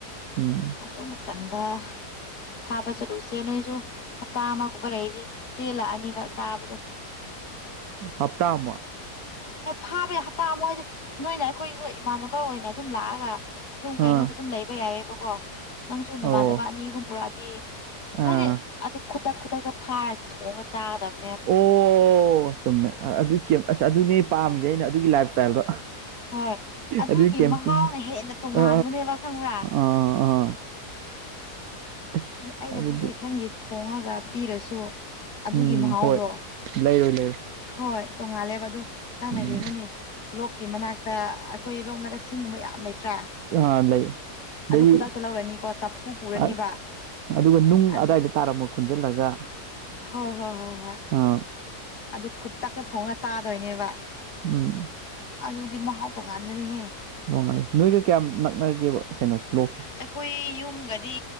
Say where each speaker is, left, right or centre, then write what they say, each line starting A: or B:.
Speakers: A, on the right (about 70°); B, on the left (about 70°).
A: ꯎꯝ
B: ꯑꯗꯨ ꯇꯗ ꯐꯥꯕ ꯆꯂꯨꯁ ꯏꯆꯦ ꯅꯣꯏꯁꯨ ꯍꯞꯇꯥ ꯑꯃꯒꯨꯝꯕ ꯂꯩꯗꯤ ꯄꯦꯜꯂꯛꯑꯅꯤꯕ ꯆꯥꯕꯗꯣ
A: ꯍꯞꯇꯥ ꯑꯃ
B: ꯐꯥꯕꯩ ꯍꯞꯇꯥ ꯑꯃ ꯍꯥꯏꯗꯤ ꯅꯣꯏꯅ ꯑꯩꯈꯣꯏꯁꯨ ꯏꯃꯥꯟꯅꯕ ꯑꯣꯏꯅ ꯑꯗꯨꯝ ꯂꯥꯛꯑꯒ ꯑꯗꯨꯝ ꯀꯩꯅꯣꯗ
A: ꯑꯥ
B: ꯑꯗꯨꯝ ꯂꯩꯕ ꯌꯥꯏꯑꯕꯀꯣ ꯅꯪꯁꯨꯨ ꯅꯃꯥꯟꯅꯕ
A: ꯑꯣ
B: ꯑꯅꯤ ꯑꯍꯨꯝ ꯄꯨꯔꯛꯑꯗꯤ
A: ꯑꯥ
B: ꯍꯥꯏꯗꯤ ꯑꯗꯨ ꯈꯨꯗꯛ ꯈꯨꯗꯛꯇ ꯐꯥꯔꯁꯤ ꯊꯣꯡꯉꯒ ꯆꯥꯒꯗꯕꯅꯤ
A: ꯑꯣ ꯆꯨꯝꯃꯦ ꯑꯗꯨ ꯑꯁ ꯑꯗꯨꯅꯦ ꯄꯥꯝꯃꯤꯁꯦ ꯑꯩꯅ ꯑꯗꯨꯒꯤ ꯂꯥꯏꯞ ꯏꯁꯇꯥꯏꯜꯗꯣ
B: ꯍꯣꯏ ꯑꯗꯨꯒꯤ
A: ꯑꯗꯨ ꯀꯝꯇ
B: ꯃꯍꯥꯎꯅ ꯍꯦꯟꯅ ꯇꯣꯉꯥꯟꯕꯅꯦꯕ
A: ꯑ
B: ꯈꯪꯕ꯭ꯔꯥ
A: ꯑꯥ ꯑꯥ ꯑꯁ
B: ꯍꯥꯏꯗꯤ ꯑꯩꯅ
A: ꯑꯗꯨꯗꯤ
B: ꯍꯧꯖꯤꯛ ꯅꯪꯒꯤ ꯊꯣꯉꯒ ꯄꯤꯔꯁꯨ ꯑꯗꯨꯒꯤ
A: ꯎꯝ
B: ꯃꯍꯥꯎꯗꯣ
A: ꯍꯣꯏ ꯂꯩꯔꯣꯏ ꯂꯩꯔꯣꯏ
B: ꯍꯣꯏ ꯇꯣꯡꯉꯥꯜꯂꯦꯕ ꯑꯗꯨ ꯅꯪꯅ
A: ꯎꯝ
B: ꯌꯦꯡꯉꯨꯅꯦ ꯂꯣꯛꯀꯤ ꯃꯅꯥꯛꯛꯇ ꯑꯩꯈꯣꯏ ꯂꯣꯛꯅꯗ ꯁꯤꯡꯒꯨꯝꯕ ꯌꯥꯝ ꯂꯩꯇ꯭ꯔꯥ
A: ꯑꯥ ꯂꯩ ꯑꯗꯒꯤ
B: ꯑꯗꯨ ꯈꯨꯗꯛꯇ ꯂꯧꯔꯅꯤꯀꯣ ꯆꯐꯨ ꯄꯨꯔꯅꯤꯕ
A: ꯑ- ꯑꯗꯨꯒ ꯅꯨꯡ
B: ꯑꯗꯨ
A: ꯑꯗꯥꯋꯥꯏꯗ ꯇꯥꯔꯝꯃ ꯈꯨꯟꯖꯤꯜꯂꯒ
B: ꯍꯣꯏ ꯍꯣꯏ ꯍꯣꯏ ꯍꯣꯏ
A: ꯑ
B: ꯑꯗꯨ ꯈꯨꯇꯛꯇ ꯊꯣꯡꯉ ꯆꯥꯗꯣꯏꯅꯦꯕ
A: ꯎꯝ
B: ꯑꯗꯨꯗꯤ ꯃꯍꯥꯎ ꯇꯣꯉꯥꯟꯕꯅꯦꯍꯦ
A: ꯅꯨꯡꯉꯥꯏꯦ ꯅꯣꯏꯒ ꯀꯌꯥꯝ ꯅꯛꯅꯒꯦꯕ ꯀꯩꯅꯣꯁꯦ ꯂꯣꯛꯁꯦ
B: ꯑꯩꯈꯣꯏ ꯌꯨꯝꯒꯗꯤ